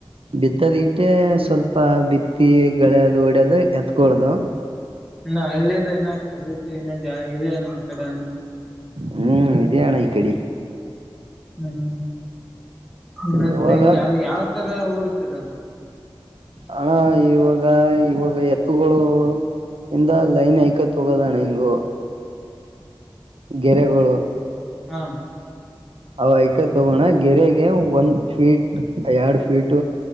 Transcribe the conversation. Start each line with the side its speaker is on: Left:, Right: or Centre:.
Right: ಬಿತ್ತದ್ ಇಟ್ಟೆ ಸ್ವಲ್ಪ ಬಿತ್ತಿ ಳೆದು ಹೊಡ್ಯದು ಎತ್ಕೊಳದು
Centre: ನ ಹಳ್ಳಿಯದ ಇನ ಪದ್ದ್ಧತಿ ಇನ್ನ ಜ ಇದ ನ <unintelligible> ಎಕ್ಕಡಲ <inaudible>
Right: ಹ್ಮ್ ಇದೆಣ ಈ ಕಡಿ
Centre: ಹ್ಮ್ <inaudible> ಮತ್ತೆ
Right: ಇವಾಗ
Centre: ಯಾವ್ ಯಾವ್ ತರ ಊರ್ತಿರೋದು
Right: ಅಣ್ಣಾ ಇವಾಗ ಇವಾಗ ಎ <inaudible> ವತುಗಳು ಇಂದ ಲೈನ್ ಐಕತ್ೋಗೋದಣೆ ಹಿಂಗು <unintelligible> ಗೆರೆಗಳು
Centre: ಹಾ
Right: ಅವ ಯ್ಕ ತಗೋಣ ಗೆರೆಗೆ ಒಂದ್ ಫೀಟ್ ಎರಡ್ ಫೀಟ್